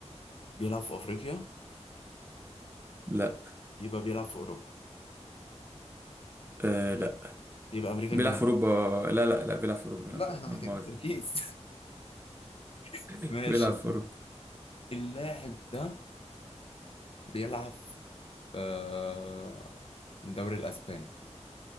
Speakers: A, on the left (about 55°); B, on the right (about 20°).
A: بيلعب في افريقيا
B: لا
A: يبقى بيلعب في اوروبا
B: آه لا
A: يبقى امريكا
B: بيلعب
A: الجنوبية
B: في اوروبا لا لا لا بيلعب في اوروبا بيلعب
A: لا
B: في اوروبا
A: احنا محتاجين
B: لا مؤاخذة.
A: تركيز <laughs>
B: <laughs>
A: ماشي
B: بيلعب في اوروبا
A: اللاعب ده بيلعب في آه، الدوري الاسباني